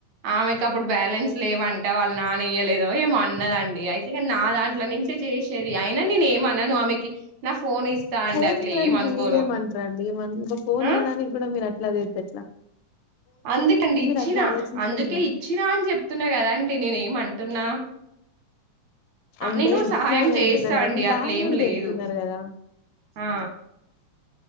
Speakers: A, on the right; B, on the left.
A: ఆమెకప్పుడు బ్యాలెన్స్ లేవంట వ నాన ఈయలేదు ఏమో అన్నదండి అయితే నా దాంట్లో నుంచే చేసేది అయినా నేను ఏమి అనను ఆమెకి ఫోన్ ఇస్తా
B: ఫోన్
A: అండి అట్లా
B: ఇయడానికి
A: ఏమనుకోను
B: మీరేమంటారండి ఇక ఫోన్
A: ఆ
B: ఇయడానికి కూడా మీరు ఇట్లా చేత్తే
A: అందుకండి ఇచ్చినా
B: అట్లా ఆలోచిస్తే
A: అందుకే
B: ఎట్లా
A: ఇచ్చినా అని చెప్తున్నా కదాండి నేనేమన్ అంటున్న ఆ
B: అంటే
A: నేను
B: ఇచ్చినా
A: సహాయం
B: అని
A: చేస్తా
B: అంటున్నారు కానీ
A: అండి అట్లేం
B: దాన్ని కూడా
A: లేదు
B: చెప్తున్నారు కదా
A: ఆ